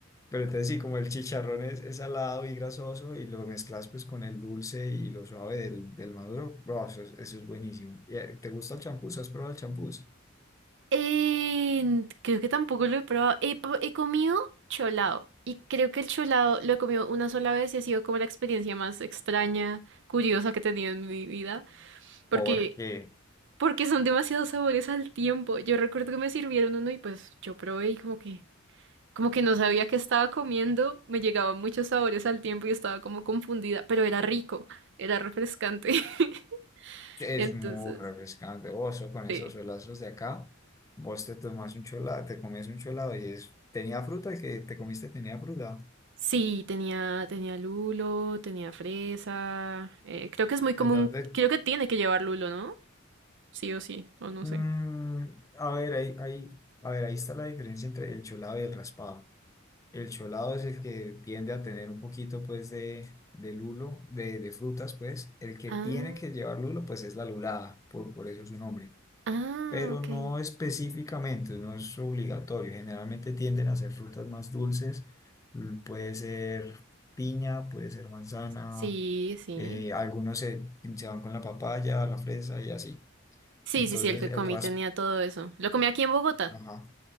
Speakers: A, on the left; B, on the right.
A: Pero entonces sí, como el chicharrón es, es salado y grasoso y lo mezclas pues con el dulce y lo suave del, del maduro, bro, eso, es eso es buenísimo. ¿Y, eh, ¿Te gusta el champús? ¿Has probado el champús?
B: Eh, creo que tampoco lo he probado. He, po- he comido cholado. Y creo que el cholado lo he comido una sola vez y ha sido como la experiencia más extraña, curiosa que he tenido en mi vida. Porque,
A: Porque
B: porque son demasiados sabores al tiempo. Yo recuerdo que me sirvieron uno y pues yo probé y como que... Como que no sabía qué estaba comiendo, me llegaban muchos sabores al tiempo y estaba como confundida, pero era rico, era refrescante. <laughs>
A: es
B: Entonces,
A: muy refrescante. Vos con esos
B: sí.
A: solazos de acá, vos te tomas un cholado, te comes un cholado y es, tenía fruta, el que te comiste tenía fruta.
B: Sí, tenía, tenía lulo, tenía fresa. eh, creo que es muy común,
A: Entonces,
B: creo que tiene que llevar lulo, ¿no? Sí o sí, o no
A: mm,
B: sé.
A: a ver, ahí, ahí, a ver, ahí está la diferencia entre el cholado y el raspado. El cholado es el que tiende a tener un poquito, pues, de, de lulo, de, de frutas, pues. El que
B: Ah,
A: tiene que llevar lulo, pues, es la lulada, por, por eso su nombre.
B: ah,
A: Pero
B: ok.
A: no específicamente, no es obligatorio. Generalmente tienden a ser frutas más dulces. L- Puede ser piña, puede ser manzana.
B: Sí, sí.
A: eh, algunos se, se van con la papaya, la fresa y así.
B: Sí,
A: Entonces,
B: sí, sí, el que
A: el
B: comí
A: ras...
B: tenía todo eso. Lo comí aquí en Bogotá.
A: Ajá.